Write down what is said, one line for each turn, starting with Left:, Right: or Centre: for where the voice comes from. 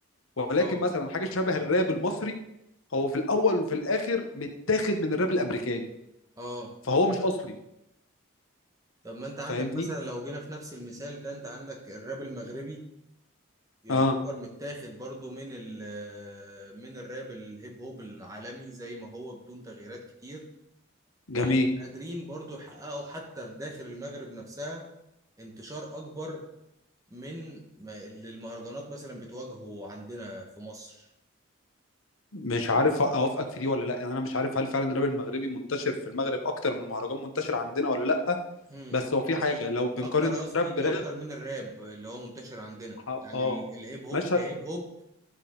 Left: ولكن
Right: اه
Left: مثلا حاجه شبه الراب المصري هو في الاول وفي الاخر متاخد من الراب الامريكاني
Right: اه
Left: فهو مش اصلي
Right: طب ما انت عندك
Left: فاهمني
Right: مثلا لو جينا في نفس المثال ده انت عندك الراب المغربي يعتبر
Left: اه
Right: متاخد برضو من ال آه، من الراب الهيب هوب العالمي زي ما هو بدون تغييرات كتير ولكن
Left: جميل
Right: قادرين برضو يحققوا حتى في داخل المغرب نفسها انتشار أكبر من ما- اللي المهرجانات مثلا بتواجهه عندنا في مصر
Left: مش عارف اوافقك في دي ولا لا يعني انا مش عارف هل فعلا الراب المغربي منتشر في المغرب اكتر من المهرجان منتشر عندنا ولا لا
Right: مم.
Left: بس هو في حاجه لو بنقارن
Right: أكتر قصدي
Left: الراب براب
Right: أكتر من الراب اللي هو منتشر عندنا
Left: اه
Right: يعني
Left: آه.
Right: ال- الهيب هوب
Left: مشهد
Right: كهيب هوب